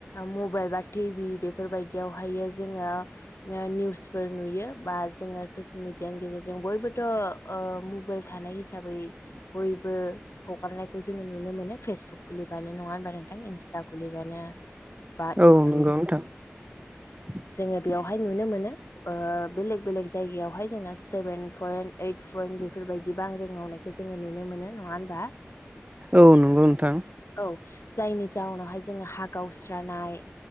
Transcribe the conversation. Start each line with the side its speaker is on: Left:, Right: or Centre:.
Left: मबाइल बा टिभि बेफोरबायदियावहायो जोङो निउसफोर नुयो बा जोङो ससियेल मिडियानि गेजेरजों बयबोथ' ओ मबाइल थानाय हिसाबै बयबो हगारनायखौ जोङो नुनो मोनो फेसबुक खुलिबानो नङा होनबा नोंथां इन्स्टा खुलिबानो बा
Right: औ
Left: इउटुब
Right: नंगौ <unintelligible>
Left: जोङो बेयावहाय नुनो मोनो ओ बेलेग बेलेग जायगायावहाय जोंना सेभेन पयन्ट ओइट पयट बेफोरबायदि बांग्रि मावनाय खौ जोङो नुनो मोनो नङा होनमबा
Right: औ नंगौ नोंथां।
Left: औ जायनि जाउनावहाय जोङो हा गावस्रानाय